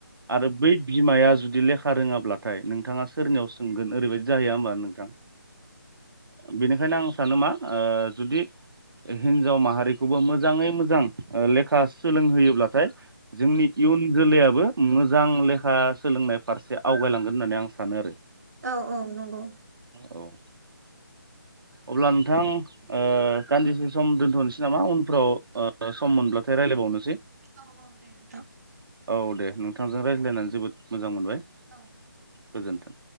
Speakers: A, on the right; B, on the right.
A: आरो बै बिमाया जुदि लेखा रोङाब्लाथाय नोंथाङा सोरनियाव सोंगोन ओरैबायदि जाहैया होमबा नोंथां बेनिखायनो आं सानो मा ओ जुदि हिन्जाव माहारिखौबो मोजाङै मोजां लेखा सोलोंहोयोब्लाथाय जोंनि इयुन जोलैयाबो मोजां लेखा सोलोंनाय फारसे आवगायलांगोन होननानै आं सानो आरो
B: औ औ नंगौ।
A: औ अब्ला नोंथां ओ दानदिसे‌ सम दोनथ'नोसै नामा उनफ्राव ओ सम मोनब्लथाय रायला बावनोसै।
B: औ औ दे नोंथां।
A: औ दे नोंथांजों रायज्लायनानै जोबोद मोजां मोनबाय।
B: औ
A: गोजोन्थों।